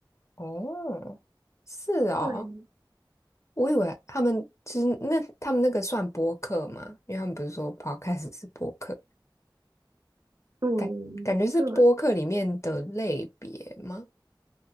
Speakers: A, on the left; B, on the right.
A: 哦，是哦，
B: 对，
A: 我以为他们就是那他们那个算播客吗？因为他们不是说 podcast 是播客，
B: 嗯，
A: 感感觉是播客里面的类别吗？
B: 对。